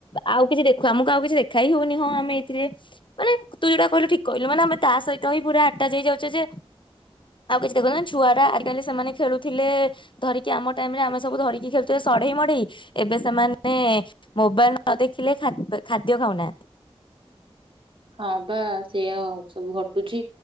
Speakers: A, on the left; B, on the right.
A: ଆଉ କିଛି ଦେଖୁ ଆମକୁ ଆଉ କିଛି ଦେଖା ହିଁ ହଉନି ହଁ ଆମେ ଏଇଥିରେ ମାନେ ତୁ ଯୋଉଟା କହିଲୁ ଠିକ କହିଲୁ ମାନେ ଆମେ ତା ସହିତ ହିଁ ପୁରା ଆଟାଚ ହେଇଯାଉଚେ ଯେ ଆଉ କିଛି ଦେଖା ଛୁଆରା ଆଜିକାଲି ସେମାନେ ଖେଳୁଥିଲେ ଧରିକି ଆମ ଟାଇମରେ ଆମେ ସବୁ ଧରିକି ଖେଳୁଥିଲେ ସଢେଇ ମଢେଇ ଏବେ ସେମାନେ ମୋବାଇଲ ନ ଦେଖିଲେ ଖାଦ ଖାଦ୍ୟ ଖାଉନାହାନ୍ତି।
B: ହଁ ପା ସେୟା ସବୁ ଘଟୁଚି